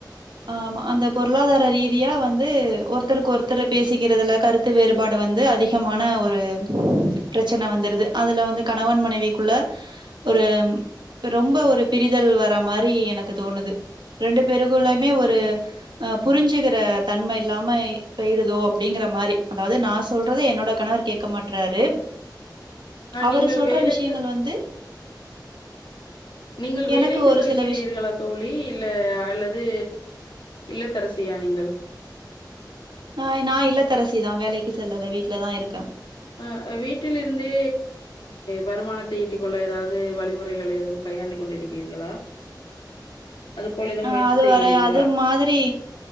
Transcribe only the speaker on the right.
ஆமா அந்த பொருளாதார ரீதியா வந்து ஒருத்தருக்கு ஒருத்தர் பேசிக்கிறதுல கருத்து வேறுபாடு வந்து அதிகமான ஒரு பிரச்சன வந்துருது அதுல வந்து கணவன்
மனைவிக்குள்ள ஒரு ரொம்ப ஒரு பிரிதல் வர மாரி எனக்கு தோணுது ரெண்டு பேருகுலயுமே ஒரு அ புரிஞ்சுகிற தன்ம இல்லாம போயிரூதோ அப்டிங்கிற மாரி அதாவது நா சொல்றத என்னோட கணவர் கேட்க மாட்றாரு
அவரு
சொல்ற
விஷயங்கள் வந்து
எனக்கு ஒரு
சில விஷ்
ஆ நா இல்லத்தரசிதா வேலைக்கு செல்லல வீட்லதா இருக்கே
அ
அது
வர அது மாதிரி